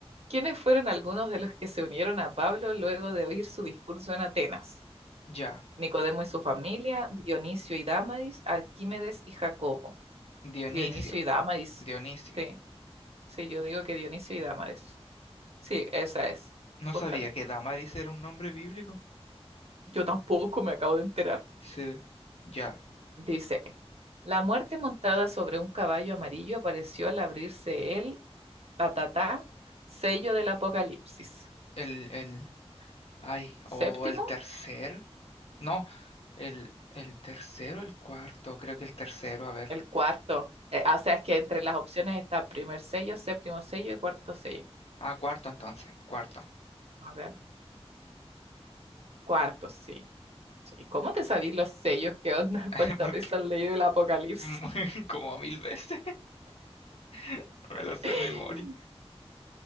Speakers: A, on the right; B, on the left.
A: quiénes fueron algunos de los que se unieron a Pablo luego de oír su discurso en Atenas?
B: Ya,
A: Nicodemo y su familia, Dionisio y Dámaris, Arquímedes y Jacobo.
B: Dionisio,
A: Dionisio y Dámaris.
B: Dionisio.
A: Sí, sí, yo digo que Dionisio y Dámaris. Sí, esa es,
B: No
A: justamente.
B: sabía que Damaris era un nombre bíblico.
A: Yo tampoco me acabo de enterar.
B: Sí, ya.
A: Dice. La muerte montada sobre un caballo amarillo apareció al abrirse el tatatá, sello del apocalipsis.
B: El, el, ay, o
A: Séptimo,
B: el tercer. No, el, el tercero, el cuarto. Creo que el tercero, a ver.
A: el cuarto. Eh, ah, o sea, es que entre las opciones está primer sello, séptimo sello y cuarto sello.
B: Ah, cuarto entonces, cuarto.
A: A ver, cuarto, sí. Sí, ¿Cómo te sabís los sellos? ¿Qué onda?
B: <laughs>
A: <laughs> ¿Cuántas
B: Porque
A: veces has leído el apocalipsis?
B: <laughs> como mil veces <laughs> me lo sé
A: <laughs>
B: de memoria.